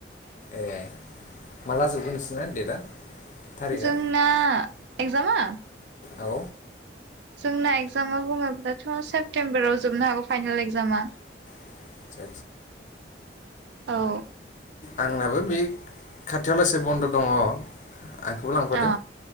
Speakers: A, on the left; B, on the right.
A: ए माला जोबगोन नोंसोरना डेटआ? थारिकआ
B: जोंना एक्जामा?
A: औ
B: जोंना एगजामा बुङोब्लाथ' सेप्तेम्बराव जोबनो हागौ फाइनल एगजामा।
A: <inaudible>
B: औ
A: आंनाबो बे खाथियावलासे बन्द' दङ। आंखोबो लांफादो।
B: अ